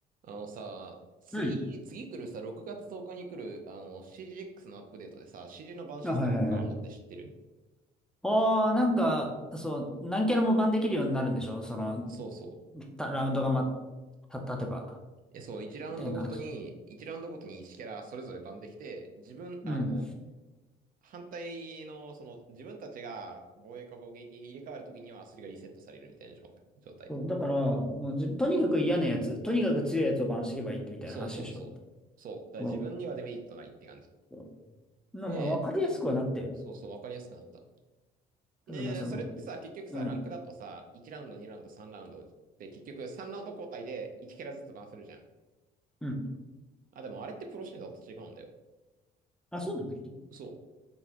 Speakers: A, on the right (about 55°); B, in the centre.
A: あのさ、次、
B: うん。
A: 次来るさ、6月10日に来る、あの、CGX のアップデートでさ、CG のバンシステムが変わるのって知ってる
B: あ、はいはいはい。ああなんか、そう、何キャラもバンできるようになるんでしょその、
A: そうそう。
B: たラウンドがま、た、立てば。
A: え、そう、1ラウンドごとに、
B: みたいな話。
A: 1ラウンドごとに1キャラそれぞれバンできて、自分、
B: うん。
A: あの、反対の、その、自分たちが防衛か攻撃入れ替わるときには、それがリセットされるみたいな状態。状態。
B: そうだから、もうじ、とにかく嫌なやつ、とにかく強いやつをバンしていけばいいってみたいな話でしょ。
A: そうそうそう。そう。だから自分にはデメリットないって感じ。
B: そう。
A: で、
B: なまあ、わかりやすくはなったよね。
A: そうそう、わかりやすくなった。ねそれってさ、
B: ただまあ、その、
A: 結局さ、
B: うん。
A: ランクだとさ、1ラウンド、2ラウンド、3ラウンドで、結局3ラウンド交代で1キャラずつバンするじゃん。
B: うん。
A: あ、でもあれってプロシーンだと違うんだよ。
B: あ、そうなんだっけ
A: そう。